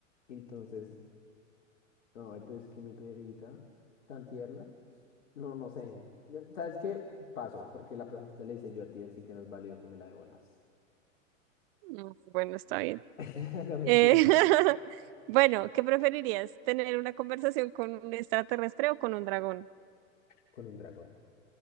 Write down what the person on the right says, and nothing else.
No, Bueno, está bien.
Eh, <laughs> bueno, ¿qué preferirías? ¿Tener una conversación con un extraterrestre o con un dragón?